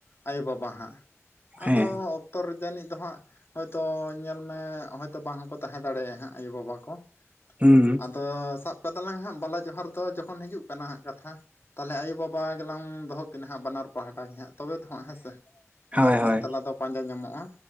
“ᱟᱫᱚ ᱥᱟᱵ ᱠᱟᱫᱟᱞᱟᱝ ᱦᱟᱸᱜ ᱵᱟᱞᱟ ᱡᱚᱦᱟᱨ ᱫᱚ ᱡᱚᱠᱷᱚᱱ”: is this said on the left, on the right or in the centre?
Left